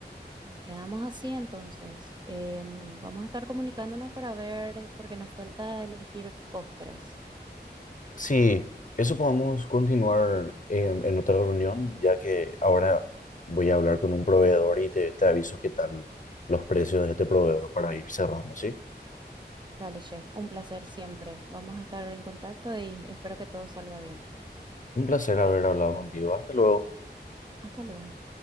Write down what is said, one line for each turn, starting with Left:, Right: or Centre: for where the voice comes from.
Right: Quedamos así entonces. En- vamos a estar comunicándonos para ver, porque nos falta elegir postres.
Left: Sí, eso podemos continuar em, en otra reunión, ya que ahora voy a hablar con un proveedor y te, te aviso qué tal los precios de este proveedor para ir cerrando, ¿sí?
Right: Dale, chef, un placer siempre. Vamos a estar en contacto y espero que todo salga bien.
Left: Un placer haber hablado contigo. Hasta luego.
Right: Hasta luego.